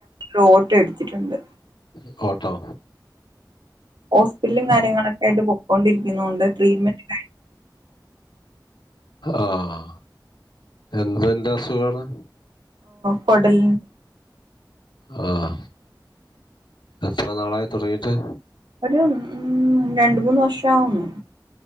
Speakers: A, on the right; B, on the left.
A: റോട്ട് എടുത്തിട്ടുണ്ട്
B: ട്ടോ
A: ഹോസ്പിറ്റലും കാര്യങ്ങളൊക്കെ ആയിട്ട് പോക്കൊണ്ടിരിക്കുന്നുണ്ട് ട്രീറ്റ്മെന്റ്
B: ആഹ എന്ത്ന്റെ അസുഖാണ്
A: കൊടൽ
B: ആഹ എത്ര നാളായി തുടങ്ങിട്ട്
A: ഒരു ഉ രണ്ട മൂന്ന് വർഷ ആവുന്നു